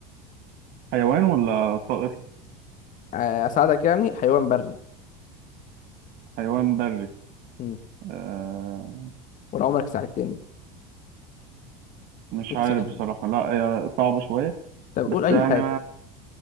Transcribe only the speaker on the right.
حيوان ولا طائر
حيوان بري
أه
مش
عارف
بصراحة لا هي صعبة شوية
بس
يعني